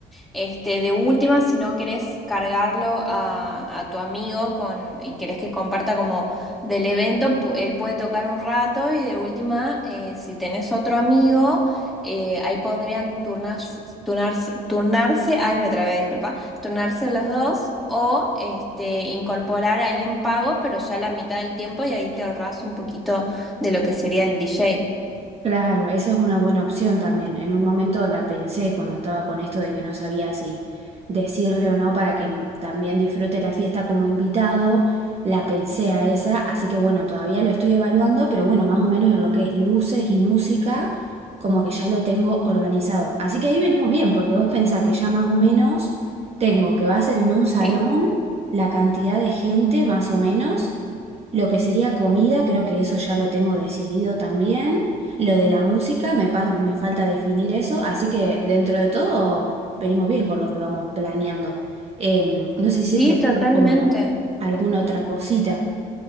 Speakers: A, in the centre; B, on the right.
A: este, de última, si no querés cargarlo a, a tu amigo con, y querés que comparta como del evento, pu- él puede tocar un rato y de última, eh, si tenés otro amigo, eh, ahí pondrían turnas, turnas- turnarse, ay, me trabé, disculpa, turnarse los dos. O este, incorporar ahí en pago, pero ya la mitad del tiempo y ahí te ahorras un poquito de lo que sería el DJ.
B: Claro, esa es una buena opción también. En un momento la pensé cuando estaba con esto de que no sabía si decirle o no para que m- también disfrute la fiesta como invitado. La pensé a esa, así que bueno, todavía lo estoy evaluando, pero bueno, más o menos en lo que es luces y música, como que ya lo tengo organizado. Así que ahí venimos bien, porque vos pensás que ya más o menos tengo que va a ser en un salón
A: Sí.
B: la cantidad de gente, más o menos. Lo que sería comida, creo que eso ya lo tengo decidido también. Lo de la música, me, pas- me falta definir eso, así que dentro de todo venimos bien con lo que vamos planeando. Em, no sé si
A: Sí,
B: se te ocurre
A: totalmente.
B: como alguna otra cosita.